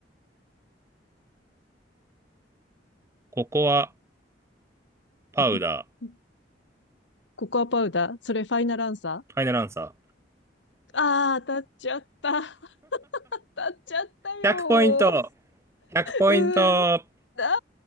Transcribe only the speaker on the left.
<laughs> んんココアパウダーそれファイナルアンサー
ああー、当たっちゃった。当たっちゃったよ
ー。うーん。あー、なん